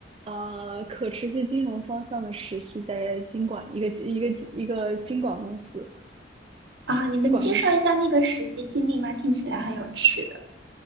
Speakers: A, on the right; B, on the right.
A: 呃可持续金融方向的实习，在金管一个一个一个金管公司。
B: 啊，你能介绍一下那个实习经历吗？
A: 资管公司
B: 听起来很有趣的。